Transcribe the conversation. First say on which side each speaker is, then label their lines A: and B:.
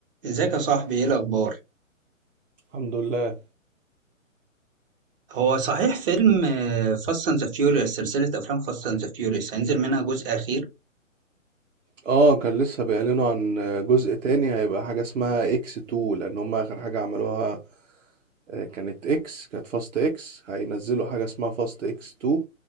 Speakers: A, on the right; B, on the right.
A: ازيك يا صاحبي ايه الاخبار
B: الحمد لله
A: هو صحيح فيلم فاست اند ذا فيوريوس سلسله افلام فاست اند ذا فيوريوس هينزل منها جزء اخير
B: اه كان لسه بيعلنوا عن جزء تاني هيبقى حاجة اسمها اكس 2 لان هم اخر حاجة عملوها آه، كانت اكس كانت فاست اكس هينزلوا حاجة اسمها فاست اكس 2